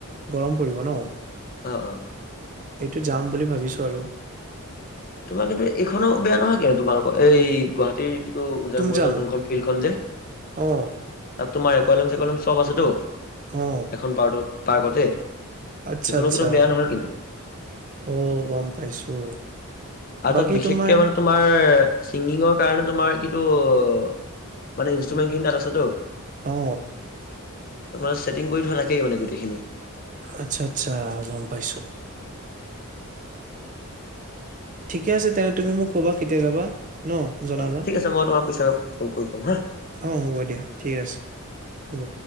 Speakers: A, on the right; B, on the left.
A: গৰম পৰিব ন,
B: অ অ
A: এইটো যাম বুলি ভাবিছো আৰু
B: তোমাৰ কিন্তু এইখনো বেয়া নহয় কিন্তু তোমালোকৰ এই গুৱাহাটীৰ- এইটো উজান
A: তুমজাং
B: বজাৰৰ যোনখন ফিল্ড খন যে,
A: অ
B: তাত তোমাৰ একলেন চেকলেন চব আছেতো
A: অ
B: এখন পাৰ্টত পাৰ্কতে,
A: আচ্ছা
B: সেইখনো
A: আচ্ছা
B: কিন্তু বেয়া নহয় কিন্তু
A: অ গম পাইছো
B: আৰু
A: বাকী
B: তাত বিশেষকে
A: তোমাৰ
B: মানে তোমাৰ চিংগিঙৰ কাৰণে তোমাৰ কিন্তু - মানে ইনষ্ট্ৰুমেণ্ট খিনি তাত আছে তু
A: অ
B: তাত মানে চেটিং কৰি থোৱা থাকেই মানে গোটেইখিনি
A: আচ্ছা আচ্ছা গম পাইছো, ঠিকে আছে তেনে তুমি মোক ক'বা কেতিয়া যাবা, ন জনাবা
B: অ ঠিক আছে মই তোমাক পিছত ফোন কৰি ক'ম হা,
A: অ হ'ব দিয়া ঠিক আছে হ'ব